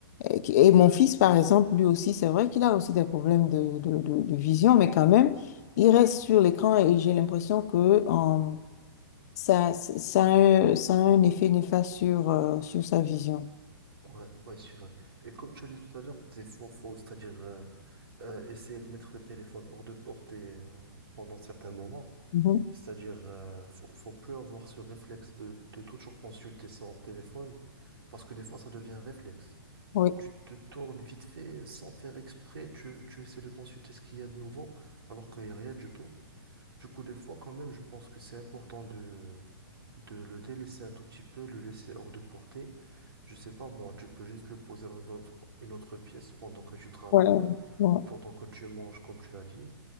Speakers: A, on the left; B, on the right.
A: et qui- et mon fils, par exemple, lui aussi, c'est vrai qu'il a aussi des problèmes de, de, de de vision, mais quand même, il reste sur l'écran et j'ai l'impression que euh, ça, ça, a un, ça a un effet néfaste sur, euh, sur sa vision.
B: Ouais, ouais, c'est vrai. Et comme tu as dit tout à l'heure, c'est faux, faux, c'est-à-dire euh, euh, essayer de mettre le téléphone hors de portée euh, pendant certains moments,
A: Mhm.
B: c'est-à-dire euh, faut, faut plus avoir ce réflexe de, de toujours consulter son téléphone, parce que des fois ça devient un réflexe.
A: Oui,
B: tu te tournes vite fait euh, sans faire exprès, tu, tu essaies de consulter ce qu'il y a de nouveau, alors qu'il n'y a rien du tout. Du coup, des fois, quand même, je pense que c'est important de, de le délaisser un tout petit peu, le laisser hors de portée. Je sais pas, moi, tu peux juste le poser dans une autre, une autre pièce pendant que tu travailles
A: voilà. Voilà.
B: ou pendant que tu manges, comme tu as dit.